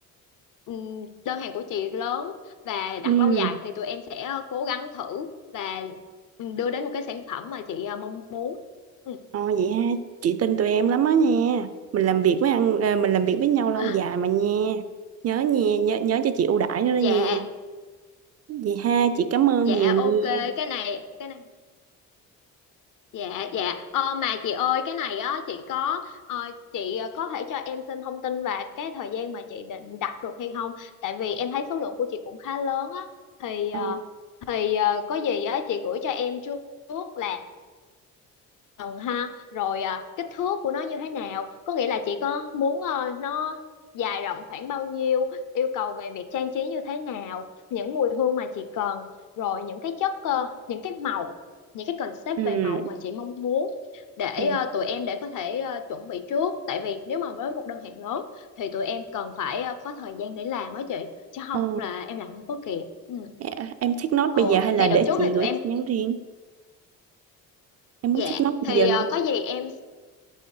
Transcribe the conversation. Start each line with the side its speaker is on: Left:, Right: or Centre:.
Left: ừm, đơn hàng của chị lớn và
Right: ừ
Left: đặt lâu dài thì tụi em sẽ ờ, cố gắng thử và ừ, đưa đến một cái sản phẩm mà chị ờ, mong muốn Ừ.
Right: Ồ vậy ha, chị tin tụi em lắm á nha. Mình làm việc với ăn ờ, mình làm việc với nhau lâu
Left: <laughs>
Right: dài mà nha. Nhớ nha, nhớ nhớ cho chị ưu đãi nữa đó
Left: dạ
Right: nha. Vậy ha, chị cảm ơn
Left: dạ
Right: nhiều nha.
Left: ok cái này cái này dạ dạ ờ, mà chị ơi cái này á chị có ờ, chị ờ, có thể cho em xin thông tin và cái thời gian mà chị định đặt được hay không tại vì em thấy số lượng của chị cũng khá lớn á thì
Right: Ừ.
Left: ờ, thì ờ, có gì á chị gửi cho em trước trước là phần ha rồi à, kích thước của nó như thế nào có nghĩa là chị có muốn ờ, nó dài rộng khoảng bao nhiêu yêu cầu về việc trang trí như thế nào những mùi hương mà chị cần rồi những cái chất ờ, những cái màu những cái concept
Right: Ừ.
Left: về màu mà chị mong muốn để
Right: Ừ.
Left: ờ, tụi em để có thể ờ, chuẩn bị trước tại vì nếu mà với một đơn hàng lớn thì tụi em cần phải ờ, có thời gian để làm á chị chứ không
Right: Ờ,
Left: là em làm không có kịp ừ.
Right: dạ, Em take note
Left: Ồ,
Right: bây giờ hay là
Left: thì
Right: để
Left: đợt trước
Right: chị
Left: thì tụi
Right: gửi
Left: em
Right: tin nhắn riêng? Em
Left: dạ
Right: muốn take note
Left: thì
Right: bây giờ luôn.
Left: ờ, có gì em